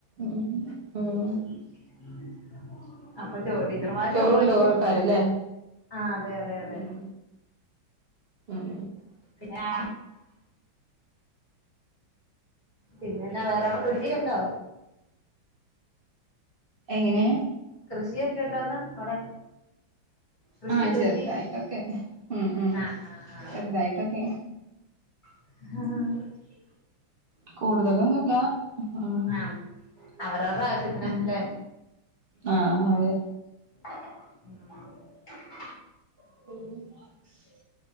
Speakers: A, on the right; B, on the left.
A: ഉ ഉം
B: അ അപ്പോ ടീച്ചർമാര്
A: ചോറുണ്ടോവും
B: ചോദിക്കും
A: ആൾക്കാരല്ലേ
B: ആ അതെ അതെ അതെ
A: ഉം ഉം
B: ആ പിന്നെന്നാ വേറെവിടെ കൃഷിയ ഉണ്ടോ
A: എങ്ങനെ
B: കൃഷിയൊക്കെ ഉണ്ടന്ന അവിടെ കൃഷി
A: ആഹ
B: കൃഷി
A: ചെറുതായിട്ടൊക്കെ ഉ ഉം
B: ആ ആ ആ
A: ചെറുതായിട്ടൊക്കെ
B: ആഹ
A: കൂടുതലൊന്നുമില്ല ഉം
B: ആ അവരവരുടെ ആവശ്യത്തിന്
A: ഉ
B: അല്ലെ
A: ആഹ അതെ
B: ഉം
A: ന്ന